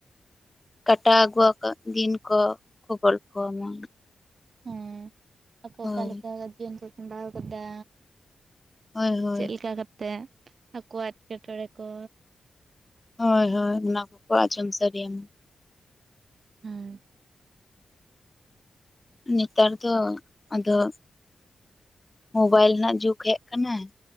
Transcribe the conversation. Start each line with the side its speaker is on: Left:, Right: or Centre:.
Left: ᱠᱟᱴᱟᱣ ᱟᱹᱜᱩᱣᱟ ᱠᱟᱜ ᱜᱤᱱ ᱠᱚ ᱠᱚ ᱜᱚᱞᱯᱷᱚ ᱟᱢᱟ᱾
Right: ᱦᱮᱸ ᱟᱠᱚ
Left: ᱦᱳᱭ
Right: ᱚᱠᱟᱞᱮᱠᱟ ᱡᱤᱭᱚᱱ ᱠᱚ ᱠᱷᱟᱸᱰᱟᱣ ᱠᱟᱫᱟ
Left: ᱦᱳᱭ ᱦᱳᱭ
Right: ᱪᱮᱜ ᱞᱮᱠᱟ ᱠᱟᱛᱮᱜ ᱟᱠᱚᱭᱟᱜ ᱮᱴᱠᱮᱴᱚᱬᱮ ᱠᱚ
Left: ᱦᱳᱭᱻ ᱦᱳᱭ ᱚᱱᱟ ᱠᱚᱠᱚ ᱟᱸᱡᱚᱢ ᱥᱟᱰᱮ ᱭᱟᱢᱟ᱾
Right: ᱦᱮᱸᱻ᱾
Left: ᱱᱮᱛᱟᱨ ᱫᱚ ᱟᱫᱚ ᱢᱳᱵᱟᱭᱤᱞ ᱨᱮᱱᱟᱜ ᱡᱩᱜᱽ ᱦᱮᱜ ᱠᱟᱱᱟ ᱾